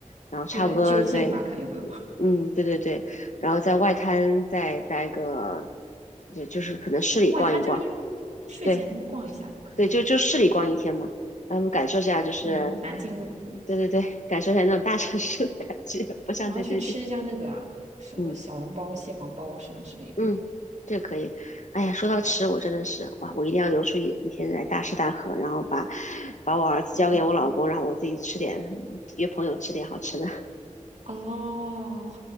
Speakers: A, on the left (about 65°); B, on the right (about 60°).
A: 然后差不多，
B: 对对，就近吧，
A: 对，
B: 看有没有。
A: 嗯，对对对，然后在外滩再待个，就就是可能市里逛一逛，
B: 外滩就一个睡前逛一下就可以。
A: 对对，就就市里逛一天嘛，让他们感受一下，就是，
B: 嗯，南京路，
A: 对对对，感受一下那种大城市的感觉，不像在这里，
B: 然后去吃一下那个啊，什么小笼包、
A: 嗯。
B: 蟹黄包什么之类的。
A: 嗯，这个可以。哎呀，说到吃，我真的是哇，我一定要留出一一天来大吃大喝，然后把把我儿子交给我老公，
B: 嗯
A: 让我自己吃点，约朋友吃点好吃的。
B: 哦，